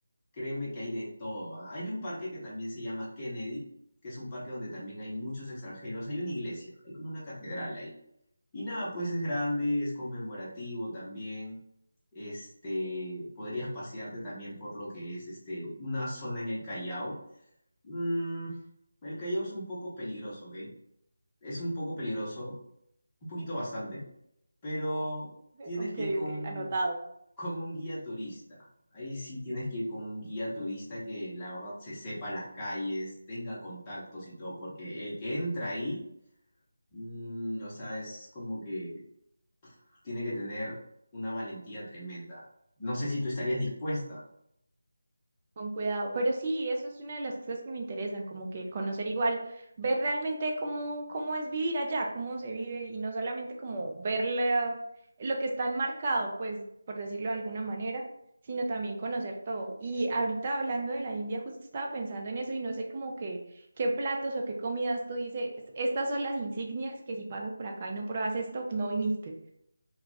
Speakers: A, on the left; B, on the right.
A: Créeme que hay de todo. ¿ah? Hay un parque que también se llama Kennedy, que es un parque donde también hay muchos extranjeros. Hay una iglesia, hay como una catedral ahí. Y nada, pues es grande, es conmemorativo también. Este, podrías pasearte también por lo que es este, una zona en el Callao. Mm, el Callao es un poco peligroso, ¿ok? Es un poco peligroso, un poquito bastante, pero tienes
B: Ok,
A: que ir con,
B: ok, anotado.
A: con un guía turista. Ahí sí tienes que ir con un guía turista que la verdad se sepa las calles, tenga contactos y todo, porque el que entra ahí, mm, o sea, es como que tiene que tener una valentía tremenda. No sé si tú estarías dispuesta.
B: Con cuidado, pero sí, eso es una de las cosas que me interesan, como que conocer igual, ver realmente cómo, cómo es vivir allá, cómo se vive y no solamente como ver la- lo que está enmarcado, pues por decirlo de alguna manera, sino también conocer todo. Y ahorita hablando de la India, justo estaba pensando en eso y no sé como que qué platos o qué comidas tú dices, estas son las insignias que si pasas por acá y no pruebas esto, no viniste.